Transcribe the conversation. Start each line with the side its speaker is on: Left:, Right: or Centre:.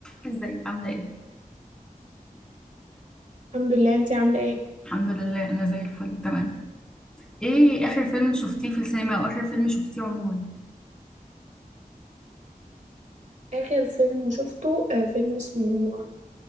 Centre: ازيك عاملة ايه؟
Right: الحمد لله انتي عاملة ايه؟
Centre: الحمد لله انا زي الفل تمام ايه اخر فيلم شفتيه في السينما او اخر فيلم شفتيه عموما؟
Right: آخر فيلم شفته آه فيلم اسمه